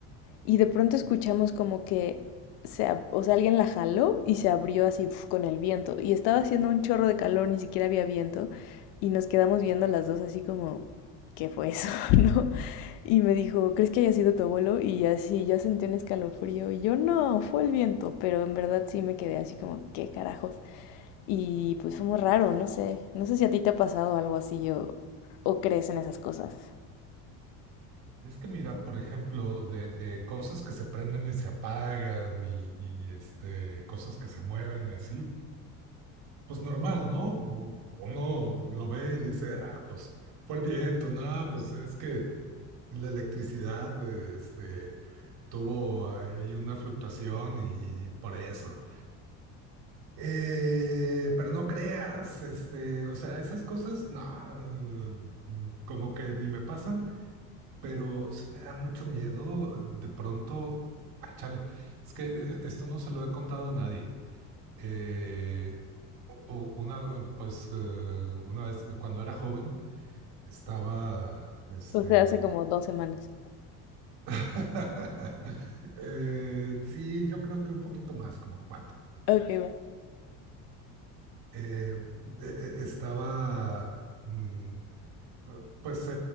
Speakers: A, on the left (about 75°); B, on the right (about 70°).
A: y de pronto escuchamos como que, se ab- o sea, alguien la jaló y se abrió así uf, con el viento, y estaba haciendo un chorro de calor, ni siquiera había viento, y nos quedamos viendo las dos así como, ¿qué fue eso? <laughs> ¿No? Y me dijo, ¿crees que haya sido tu abuelo? Y así ya sentí un escalofrío, y yo no, fue el viento, pero en verdad sí me quedé así como, ¿qué carajos? Y pues fue muy raro, no sé. No sé si a ti te ha pasado algo así o, o crees en esas cosas.
B: Es que mira, por ejemplo, de, de cosas que se prenden y se apagan y, y, este, cosas que se mueven y así, pues normal, ¿no? U- Uno lo ve y dice, ah, pues fue el viento, no, pues es que la electricidad, eh, este, tuvo ahí una fluctuación y, y por eso. Eh, pero no creas, este, o sea, esas cosas, no, eh, como que ni me pasan. pero sí me da mucho miedo de pronto, ah, chale, es que eh, esto no se lo he contado a nadie. Eh, u- u- una, eh, pues, eh, una vez eh, cuando era joven estaba, este,
A: O sea, hace como dos semanas.
B: <laughs> eh, sí, yo creo que un poquito más, como cuatro.
A: Ok, va.
B: Eh, eh, eh, estaba, mm, eh, pues, eh,